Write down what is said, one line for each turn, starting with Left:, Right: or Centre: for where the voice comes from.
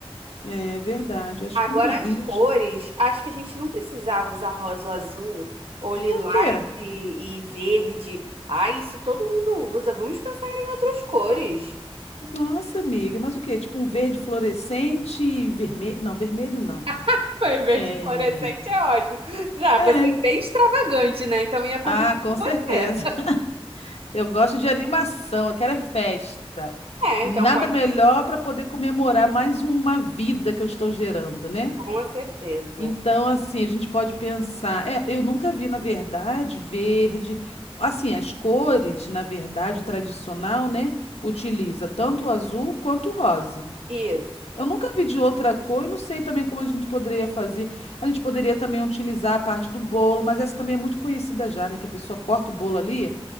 Left: É verdade, acho
Right: Agora
Left: que umas vinte.
Right: as cores.
Left: né?
Right: Acho que a gente não precisava usar rosa ou azul, ou lilás
Left: Por quê?
Right: e, e verde. Ah, isso todo mundo usa. Vamos pensar em outras cores.
Left: Nossa, amiga, mas o quê? Tipo um verde fluorescente e vermelho. Não, vermelho não.
Right: <laughs> Foi, verde
Left: É.
Right: fluorescente é ótimo. Já,
Left: É.
Right: você é bem extravagante, né? Então ia combinar
Left: Ah, com
Right: com
Left: certeza.
Right: você.
Left: Eu gosto de animação, eu quero é festa.
Right: É,
Left: E
Right: então
Left: nada
Right: pode,
Left: melhor para poder comemorar mais uma vida que eu estou gerando, né?
Right: com certeza.
Left: Então, assim, a gente pode pensar. é, eu nunca vi, na verdade, verde. Assim, as cores, na verdade, o tradicional, né? Utiliza tanto o azul quanto o rosa.
Right: Isso.
Left: Eu nunca vi de outra cor, eu não sei também como a gente poderia fazer. A gente poderia também utilizar a parte do bolo, mas essa também é muito conhecida já, né? Que a pessoa corta o bolo ali.